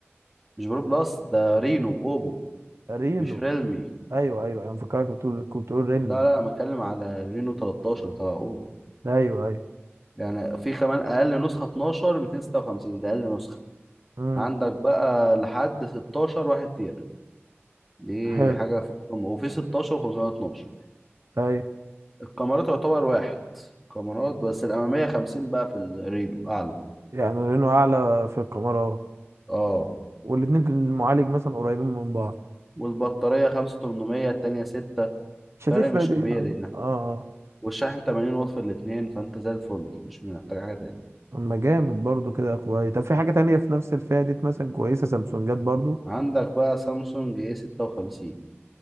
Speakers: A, in the centre; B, on the right (about 70°).
A: مش برو بلس ده رينو اوبو
B: رينو
A: مش ريلمي
B: ايوه ايوه انا فكرك بتقول كنت بتقول ريلمي
A: لا لا بتكلم على رينو 13 تبع اوبو
B: ايوه ايوه
A: يعني في كمان اقل نسخه 12 256 ده اقل نسخه
B: امم
A: عندك بقى لحد 16 1 تيرا دي
B: حلو
A: حاجه في القمه وفي 16 512
B: ايوه
A: الكاميرات يعتبر واحد الكاميرات بس الاماميه 50 بقى في الريلو اعلى
B: يعني رينو اعلى في الكاميرا
A: اه
B: والاتنين معالج مثلا قريبين من بعض
A: والبطاريه 5800 التانيه 6
B: مش
A: فرق
B: هتفرق
A: مش
B: دي
A: كبير
B: اه
A: يعني
B: اه
A: والشاحن 80 واط في الاثنين فانت زي الفل مش محتاج حاجه تاني
B: اما جامد برضو كده كويس طب في حاجة تانية في نفس الفئة دي مثلا كويسة سامسونجات برضو
A: عندك بقى سامسونج اي 56